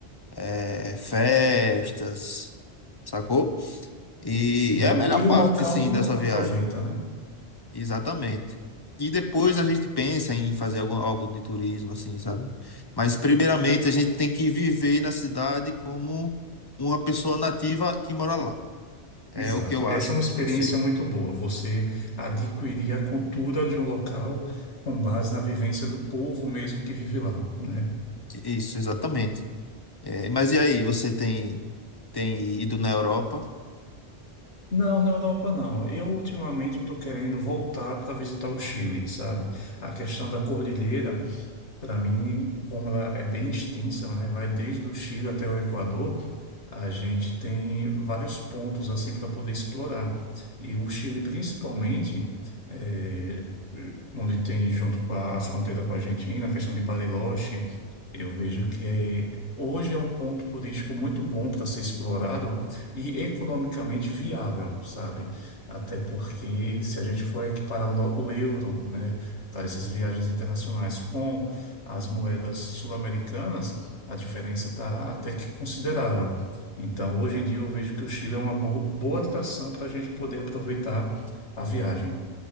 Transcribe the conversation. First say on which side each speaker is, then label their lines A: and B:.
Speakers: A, on the left; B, on the left.
A: é, festas, sacou? E
B: Sim,
A: é
B: o
A: a melhor
B: que
A: parte,
B: o local
A: sim, dessa
B: aproveita,
A: viagem.
B: né?
A: Exatamente. E depois a gente pensa em fazer algum, algo de turismo, assim, sabe? Mas primeiramente a gente tem que viver na cidade como uma pessoa nativa que mora lá. É
B: Exato.
A: o que eu
B: Essa
A: acho
B: é uma experiência
A: que tem que ser.
B: muito boa. Você adquirir a cultura de um local com base na vivência do povo mesmo que vive lá, né?
A: Isso, exatamente. É, mas e aí, você tem, tem ido na Europa?
B: Não, na Europa não. Eu ultimamente eu estou querendo voltar para visitar o Chile, sabe? A questão da cordilheira, para mim, como ela é bem extensa, né? Vai desde o Chile até o Equador. a gente tem vários pontos assim para poder explorar. E o Chile, principalmente, é, onde tem junto com a, a fronteira com a Argentina, a questão de Bariloche, eu vejo que é- hoje é um ponto turístico muito bom para ser explorado e economicamente viável, sabe? Até porque se a gente for equiparar o, no- o euro, né, para essas viagens internacionais com as moedas sul-americanas, a diferença está até que considerável. Então, hoje em dia, eu vejo que o Chile é uma bo- boa atração para a gente poder aproveitar a viagem.